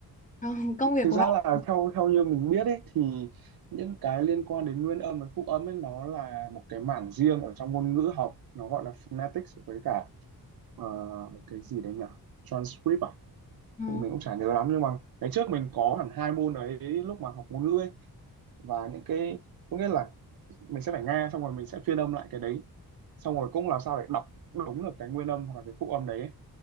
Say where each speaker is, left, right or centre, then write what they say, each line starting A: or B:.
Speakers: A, on the left; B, on the right.
A: ờ, công việc
B: thực
A: của
B: ra
A: bạn
B: là theo theo như mình biết ấy thì những cái liên quan đến nguyên âm và phụ âm ấy nó là một cái mảng riêng ở trong ngôn ngữ học nó gọi là phonetics với cả ờ, cái gì đấy nhỉ transcript à
A: Ờ,
B: mình cũng chả nhớ lắm nhưng mà ngày trước mình có hẳn hai môn đấy lúc mà học ngôn ngữ ấy và những cái có nghĩa là mình sẽ phải nghe xong rồi mình sẽ phiên âm lại cái đấy xong rồi cũng làm sao để đọc đúng được cái nguyên âm hoặc là cái phụ âm đấy ấy.